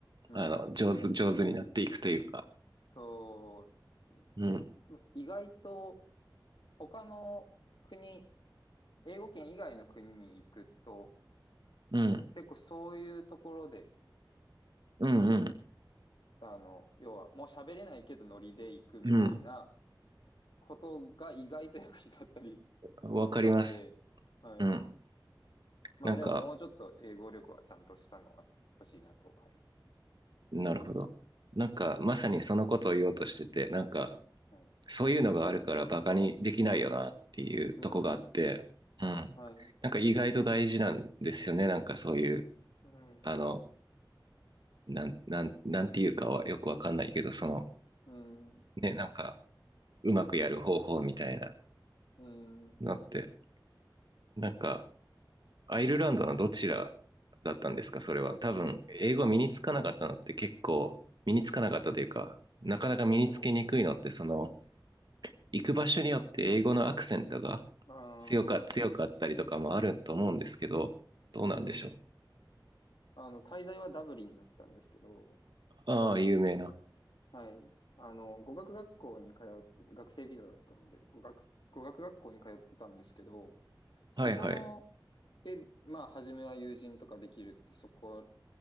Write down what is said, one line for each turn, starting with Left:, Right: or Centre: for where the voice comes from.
Left: うん。
Right: あの、上手、上手になっていくというか。
Left: そうで
Right: うん。
Left: すね。意外と、他の国、英語圏以外の国に行くと、
Right: うん。
Left: 結構そういうところで、
Right: うんうん。
Left: あの、要は、もう喋れないけどノリで行くみたいな
Right: うん。
Left: ことが意外と役に立ったり
Right: わかります。
Left: したので、はい。
Right: うん。
Left: まあでももうちょっと英語力はちゃんとしたのは欲しいなと。
Right: なんか、
Left: はい。
Right: なるほど。なんか、まさにそのことを言おうとしてて、なんか、
Left: はい。
Right: そういうのがあるからバカにできないよなっていうとこがあって、
Left: うん。
Right: うん。
Left: はい。
Right: なんか意外と大事なんですよね。なんかそういう、
Left: うん。
Right: あの、なん、なん、なんていうかはよくわかんないけど、その、
Left: うん。
Right: ね、なんか、うまくやる方法みたいな
Left: うん。
Right: のって、なんか、アイルランドのどちらだったんですか、それは。多分、英語身につかなかったのって結構、身につかなかったというか、なかなか身につけにくいのって、
Left: うん。
Right: その、行く場所によって英語のアクセントが
Left: ああ。
Right: 強か、強かったりとかもあると思うんですけど、どうなんでしょう。
Left: うん。あの、滞在はダブリンだったんですけど、
Right: ああ、有名な。
Left: はい。あの、語学学校に通ってて、学生ビザだったので、語学、語学学校に通ってたんですけど、そこの、
Right: はいはい。
Left: で、まあ、初めは友人とかできるって、そこ